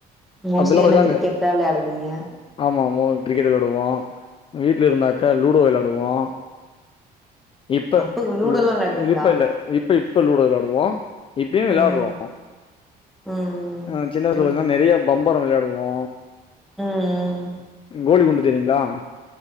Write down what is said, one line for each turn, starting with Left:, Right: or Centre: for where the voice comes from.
Centre: மோஸ்ட்லி
Left: அப்பெல்லா
Centre: என்ன
Left: பாத்தீங்கன்னா
Centre: கிரிக்கெட்தா விளயாடுவீங்க
Left: ஆமா மோ கிரிக்கெட் வெளாடுவோ வீட்ல இருந்தாக்கா லூடோ வெளாடுவோ இப்ப
Centre: அப்ப லூடோல்லாம்
Left: லு
Centre: விளையாடுவீங்களா
Left: இப்ப இல்ல இப்ப இப்போ லூடோ வெளாடுவோ இப்பயு விளாடுறோ
Centre: ம் ம்
Left: அ சின்ன வயசுல
Centre: ம்
Left: பத்தன நெறிய பம்பர வெளாயாடுவோ
Centre: ம்
Left: கோலி குண்டு தெரியுங்களா